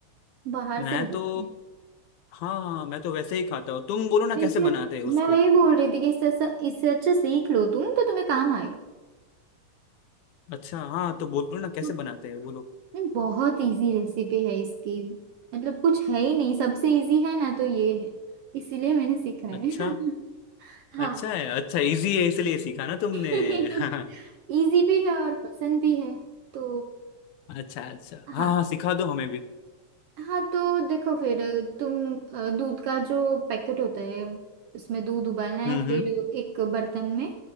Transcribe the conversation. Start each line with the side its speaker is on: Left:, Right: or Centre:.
Right: बाहर
Left: मैं
Right: से लाके
Left: तो हाँ हाँ मैं तो वैसे ही खाता हूँ तुम बोलो ना
Right: तो
Left: कैसे
Right: इससे
Left: बनाते हैं उसको
Right: मैं वही बोल रही थी कि इससे अच्छा- इससे अच्छा सीख लो तुम तो तुम्हें काम आए
Left: अच्छा हाँ तो बोलो ना कैसे
Right: हाँ,
Left: बनाते हैं बोलो
Right: नहीं बहुत इजी रेसिपी है इसकी मतलब कुछ है ही नहीं सबसे इजी है ना तो ये है इसीलिए मैंने सीखा है
Left: अच्छा
Right: <laughs> हाँ
Left: अच्छा है अच्छा इजी है इसलिए सीखा ना तुमने
Right: <laughs>
Left: <laughs>
Right: इजी भी है और पसंद भी है तो
Left: अच्छा अच्छा
Right: हाँ
Left: हाँ हाँ सिखा दो हमें भी
Right: हाँ तो देखो फिर तुम अ, दूध का जो पैकेट होता है उसमें दूध उबालना
Left: हम्म
Right: है फिर
Left: हम्म
Right: एक बर्तन में